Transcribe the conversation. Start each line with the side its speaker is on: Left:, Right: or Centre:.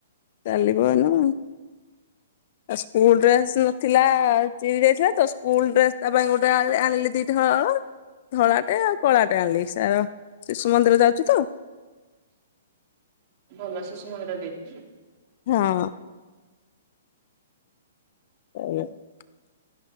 Left: ଚାଲିବ ଏଇନୁ।
Right: ଫାଙ୍କା ଅଡିଓ।
Left: ଆଉ ସ୍କୁଲ ଡ୍ରେସ ନଥିଲା ଚିରି ଯାଇଥିଲା ତ ସ୍କୁଲ ଡ୍ରେସ ତା ପାଇଁ ଗୋଟେ ଆଣିଲି ଦିଟା ହଳ। ଧଳାଟେ ଆଉ କଳାଟେ ଆଣିଲି ସାର ଶିଶୁ ମନ୍ଦିର ଯାଉଛି ତ।
Right: ଭଲ ସୁଷୁମନ୍ଦିରରେ ଦେଇଛନ୍ତି।
Left: ହଁ। ହ <unintelligible>